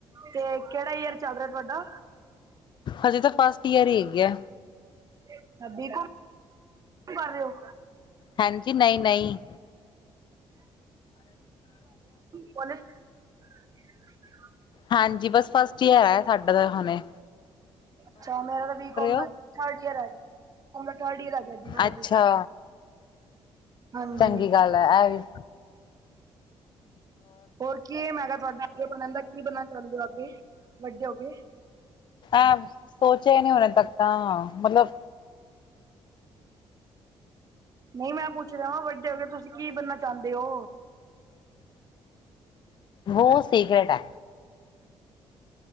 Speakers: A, on the right (about 35°); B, on the left (about 50°).
A: ਤੇ ਕੇੜਾ ਈਅਰ ਚੱਲ ਰੇਆ ਤੁਆਡਾ?
B: ਹਜੇ ਤਾਂ ਫਸਟ ਈਅਰ ਈ ਹੈਗੇ ਆ।
A: <unintelligible> ਕੀ ਕਰ ਰਏ ਓ?
B: ਹਾਂਜੀ, ਨਈਂ -ਨਈਂ।
A: ਪੋਲਿਸ <inaudible>
B: ਹਾਂਜੀ, ਬਸ ਫਸਟ ਈਅਰ ਐ ਸਾਡਾ ਤਾਂ ਹੁਨੇ।
A: ਅੱਛਾ, ਮੇਰਾ ਤਾਂ ਬੀ -ਕੌਮ ਦਾ
B: ਹੋ
A: ਥਰਡ ਈਅਰ ਐ। ਹੁਣ ਤਾਂ ਥਰਡ ਈਅਰ ਆ ਗੇਆ ਜੀ, ਮੇਰਾ
B: ਅੱਛਾ
A: ਤੇ- ਹਾਂਜੀ,
B: ਚੰਗੀ ਗੱਲ ਹੈ ਇਹ ਵੀ
A: ਹੋਰ ਕੀ ਏਮ ਹੈਗਾ ਤੁਆਡਾ, ਅੱਗੇ ਬਣਨ ਦਾ, ਕੀ ਬਣਨਾ ਚਾਓਂਦੇ ਓ ਅੱਗੇ, ਵੱਡੇ ਹੋ ਕੇ?
B: ਅ, ਸੋਚੇਆ ਈ ਨਈਂ ਹੁਣੇ ਤੱਕ ਤਾਂ, ਮਤਲਬ
A: ਨਈ ਮੈਂ ਪੁੱਛ ਰੇਆਂ, ਵੱਡੇ ਹੋ ਕੇ ਤੁਸੀਂ ਕੀ ਬਣਨਾ ਚਾਂਦੇ ਓ।
B: ਵੋ ਸਿਕਰਟ ਐ।